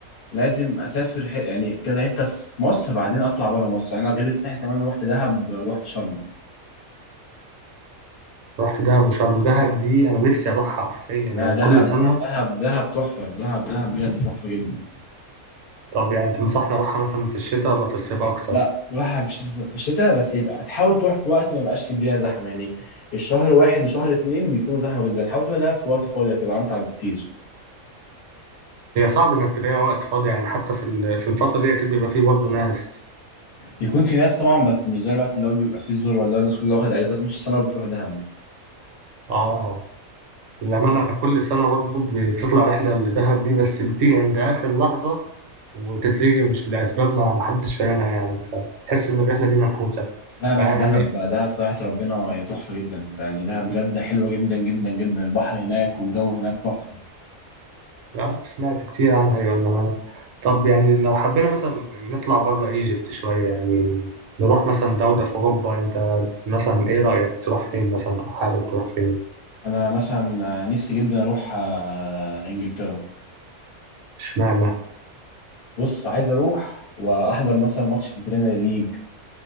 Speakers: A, on the left; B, on the right.
A: لازم اسافر ح... يعني كذا حته في مصر بعدين اطلع بره مصر يعني انا غير الساحل كمان رحت دهب رحت شرم
B: رحت دهب وشرم دهب دي أنا نفسي أروحها حرفيا
A: لا
B: يعني كل
A: دهب
B: سنة
A: دهب دهب تحفه دهب دهب بجد تحفه جدا
B: طب يعني تنصحني أروحها مثلا في الشتاء ولا في الصيف أكتر
A: لا روحها في الشتاء في الشتاء بس يبقى تحاول تروح في وقت ما بقاش في الدنيا زحمه يعني الشهر واحد وشهر اتنين بيكونوا زحمه جدا حاول تروح ده في وقت فاضي هتبقى امتع بكتير
B: هي صعب إنك تلاقي وقت فاضي يعني حتى في ال- في الفترة دي أكيد بيبقى فيه برضه ناس
A: يكون في ناس طبعا بس مش زي الوقت اللي هو بيبقى فيه الزور ولا الناس كلها واخد اجازات نص سنه وبتروح دهب
B: آه للأمانة أنا كل سنة برضه بتطلع رحلة لدهب دي بس بتيجي عند آخر لحظة وتتلغي مش لأسباب ما ما حدش فاهمها يعني فتحس إن الرحلة دي منحوتة
A: لا بس
B: بقى يعني
A: دهب دهب صراحة ربنا هي تحفة جدا يعني دهب بجد حلوة جدا جدا جدا البحر هناك والجو هناك تحفة
B: آه، سمعت كتير عنها يا مان طب يعني لو حبينا مثلا نطلع بره ايجيبت شوية يعني نروح مثلا دولة في أوروبا أنت مثلا إيه رأيك تروح فين مثلا أو حابب تروح فين؟
A: أنا مثلا نفسي جدا أروح آه، إنجلترا
B: اشمعنى؟
A: بص عايز أروح وأحضر مثلا ماتش في البريمير ليج